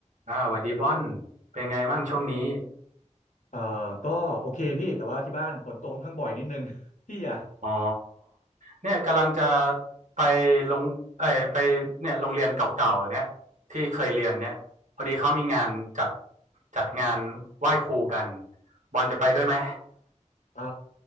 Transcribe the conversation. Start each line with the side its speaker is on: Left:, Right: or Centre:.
Right: อ่าสวัสดีบอนเป็นไงมั่งช่วงนี้
Left: อ่าก็โอเคพี่แต่ว่าที่บ้านฝนตกค่อนข้างบ่อยนิดนึง <laughs> พี่อ่ะ
Right: อ๋อเนี่ยกำลังจะไปลงเอ้ยไปเนี่ยโรงเรียนเก่าๆเนี่ยที่เคยเรียนเนี่ยพอดีเขามีงานจัดจัดงานไหว้ครูกันบอลจะไปด้วยไหม
Left: อ่า